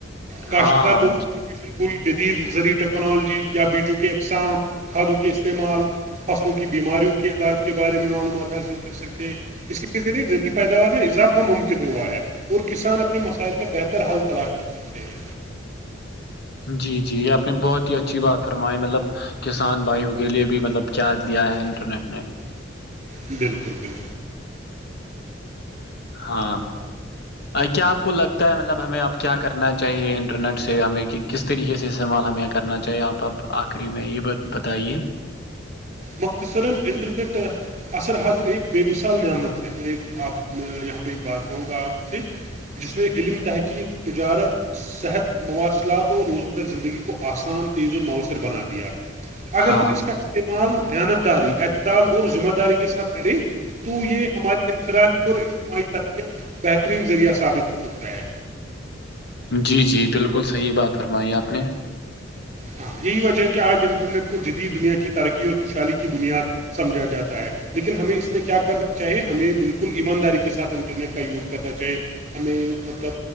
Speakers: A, on the right; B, on the left.
A: کاشتکار
B: ہاں
A: موسم کی کوئی جدید زذرعی ٹیکنالوجی یا بیجو کے اقسام کھادوں کے استعمال فصلوں کی بیماریوں کے علاج کے بارے میں معلومات حاصل کر سکتے ہیں اس کے ذریعے ی پیداوار میں اضافہ ممکن ہوا ہے اور کسان اپنے اپنے مسائل کا بہتر حل تلاش کر سکتے ہیں
B: جی جی یہ آپ نے بہت ہی اچھی بات فرمائی مطلب کسان بھائیوں کے لیے بھی مطلب کیا دیا ہے انٹرنیٹ نے
A: بالکل بالکل
B: ہاں کیا آپ کو لگتا ہے مطلب ہمیں اب کیا کرنا چاہیے انٹرنیٹ سے ہمیں کس طریقے سے استعمال ہمیں کرنا چاہیے آپ اب آخری میں یہبتائیے
A: مختصر انٹرنیٹ اصر حاضر ایک بے مثال نعمت ہے میں آپ یہاں پہ ایک بات کہوں گا آپ سے جس میں علم تحقیق تجارت صحت مواصلات اور روزمرہ زندگی کو آسان تیز اور مؤثر بنا دیا اگر
B: ہاں
A: ہم اس کا استعمال دانت داری اعتدال اور ذمہ داری کے ساتھ کریں تو یہ ہماری انفرادی اور اجتماعی ترکیاں بہترین ذریعہ ثابت ہو سکتا ہے
B: جی جی بالکل صحیح بات فرمائی آپ نے
A: ہاں یہی وجہ ہے کہ آج انٹرنیٹ کو جدید دنیا کی ترقی اور خوشحالی کی بنیاد سمجھا جاتا ہے لیکن ہمیں اس میں کیا کرنا چاہے ہمیں بالکل ایمانداری کے ساتھ انٹرنیٹ کا یوز کرنا چاہیے ہمیں مطلب